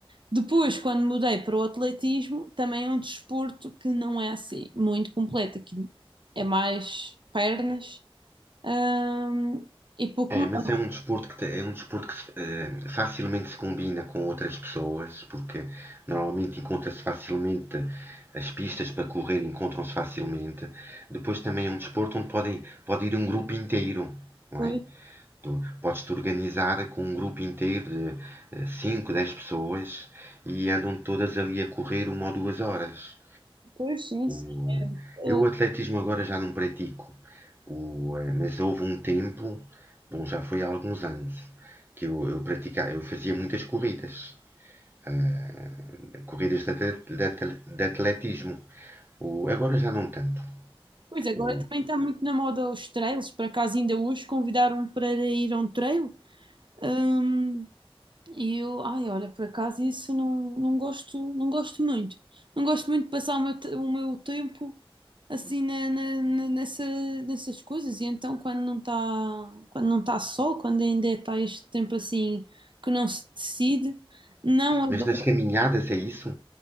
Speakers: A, on the right; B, on the right.
A: Depois, quando mudei para o atletismo, também é um desporto que não é assim muito completo. Aqui é mais pernas. Ahm, e pouco
B: É,
A: mais.
B: mas é um desporto que, te- é um desporto que se- eh, facilmente se combina com outras pessoas, porque normalmente encontra-se facilmente as pistas para correr, encontram-se facilmente. Depois também é um desporto onde podem, pode ir um grupo inteiro, não
A: Pois,
B: é? Tu podes te organizar com um grupo inteiro de eh, 5, 10 pessoas e andam todas ali a correr uma ou duas horas.
A: pois, sim, sim.
B: O, eh,
A: é. Eu-
B: eu o atletismo agora já não pratico, o, eh, mas houve um tempo, bom, já foi há alguns anos, que eu, eu praticava, eu fazia muitas corridas, eh, corridas de, de de atletismo. O, agora já não tanto.
A: pois agora
B: O,
A: também está muito na moda os trails. Por acaso ainda hoje convidaram-me para ir a um trail. Ahm, e eu, ai, olha, por acaso isso não, não gosto, não gosto muito. Não gosto muito de passar o meu, te- o meu tempo assim na- na- na- nessa, nessas coisas. E então quando não está, quando não está sol, quando ainda está este tempo assim que não se decide, não
B: eh,
A: adoro.
B: mas nas caminhadas é isso?